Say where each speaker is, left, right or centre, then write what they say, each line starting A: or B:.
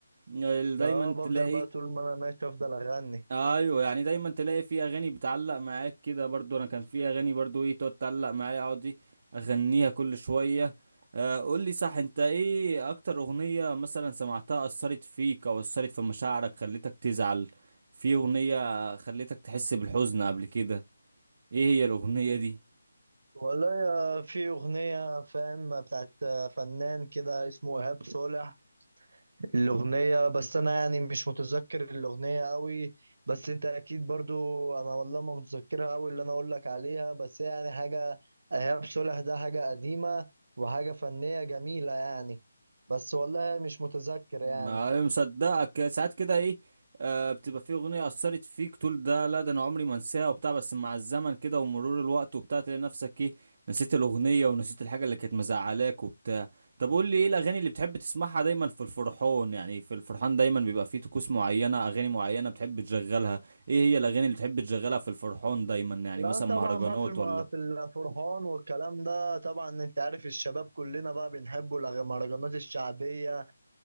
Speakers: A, on the right; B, on the right.
A: ال- دايما
B: اه بفضل
A: تلاقي
B: بقى طول ما انا ماشي افضل اغني
A: ايوه يعني دايما تلاقي في اغاني بتعلق معاك كده برضو انا كان في اغاني برضو ايه تقعد تعلق معايا اقعد ايه اغنيها كل شويه آه قول لي صح انت ايه اكتر اغنيه مثلا سمعتها اثرت فيك او اثرت في مشاعرك خلتك تزعل في اغنيه خلتك تحس بالحزن قبل كده ايه هي الاغنيه دي
B: والله يا- في أغنية فاهم بتاعت فنان كده اسمه إيهاب صالح الأغنية بس أنا يعني مش متذكر الأغنية قوي بس أنت أكيد برضو أنا والله ما متذكرها قوي اللي أنا أقول لك عليها بس يعني حاجة إيهاب صالح ده حاجة قديمة وحاجة فنية جميلة يعني بس والله مش متذكر
A: ما
B: يعني
A: مصدقك ساعات كده ايه آه بتبقى في اغنيه اثرت فيك تقول ده لا ده انا عمري ما انساها وبتاع بس مع الزمن كده ومرور الوقت وبتاع تلاقي نفسك ايه نسيت الاغنيه ونسيت الحاجه اللي كانت مزعلاك وبتاع طب قول لي ايه الاغاني اللي بتحب تسمعها دايما في الفرحان يعني في الفرحان دايما بيبقى فيه طقوس معينه اغاني معينه بتحب تشغلها ايه هي الاغاني اللي بتحب تشغلها في الفرحان دايما يعني
B: لا
A: مثلا مهرجانات
B: طبعا بقى في الم...
A: ولا
B: في الفرحان والكلام ده طبعا انت عارف الشباب كلنا بقى بنحبوا المهرجانات الشعبية